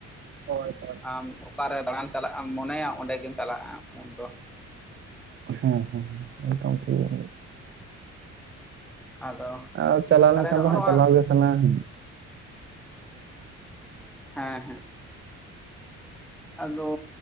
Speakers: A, on the right; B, in the centre.
A: ᱦᱳᱭ ᱦᱳᱭ
B: ᱟᱢ ᱫᱚ ᱚᱠᱟᱨᱮ ᱫᱟᱬᱟᱱ ᱪᱟᱞᱟᱜ ᱮᱢ ᱢᱚᱱᱮᱭᱟ ᱚᱸᱰᱮ ᱜᱮᱢ ᱪᱟᱞᱟᱜᱼᱟ ᱩᱱᱫᱚ ᱾
A: ᱦᱩᱸ ᱦᱩᱸ ᱦᱩᱸ ᱮᱠᱫᱚᱢ ᱴᱷᱤᱠ ᱜᱮ ᱵᱤᱱ
B: ᱟᱫᱚ
A: ᱟᱨ ᱪᱟᱞᱟᱣ
B: ᱛᱟᱦᱚᱞᱮ
A: ᱞᱮᱱᱠᱷᱟᱱ
B: ᱱᱚᱜᱼᱚ
A: ᱫᱚ ᱦᱟᱸᱜ
B: ᱱᱚᱣᱟ
A: ᱪᱟᱞᱟᱣ ᱜᱮ ᱥᱟᱱᱟ ᱦᱟ
B: ᱦᱮᱸ ᱦᱮᱸ ᱟᱫᱚ